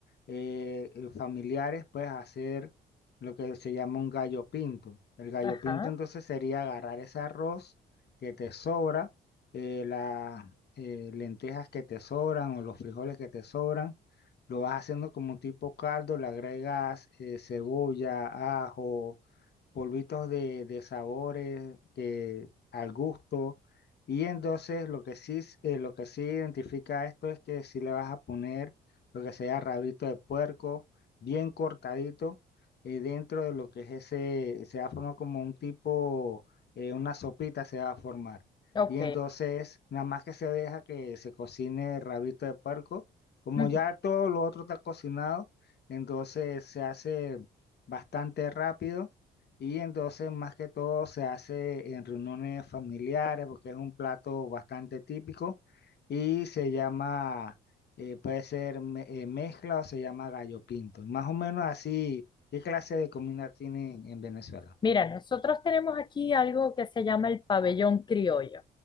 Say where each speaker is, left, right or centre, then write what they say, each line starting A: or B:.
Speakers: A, on the left; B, on the left.
A: eh, eh, familiares, pues hacer lo que se llama un gallo pinto. El gallo
B: ajá,
A: pinto entonces sería agarrar ese arroz que te sobra, eh, las eh, lentejas que te sobran o los frijoles que te sobran, lo vas haciendo como un tipo caldo, le agregas eh, cebolla, ajo, polvitos de, de sabores que, al gusto. Y entonces lo que sí, s- eh, lo que sí identifica esto es que si le vas a poner lo que sea rabito de puerco, bien cortadito, eh, dentro de lo que es ese, se va a formar como un tipo, eh, una sopita se va a formar.
B: ok.
A: Y entonces, nada más que se deja que se cocine el rabito de puerco, como
B: ujú.
A: ya todo lo otro está cocinado, entonces se hace bastante rápido. Y entonces, más que todo, se hace en reuniones familiares porque es un plato bastante típico y se llama eh, puede ser me- eh, mezcla o se llama gallo pinto. Más o menos así, ¿qué clase de comida tienen en Venezuela?
B: Mira, nosotros tenemos aquí algo que se llama el pabellón criollo.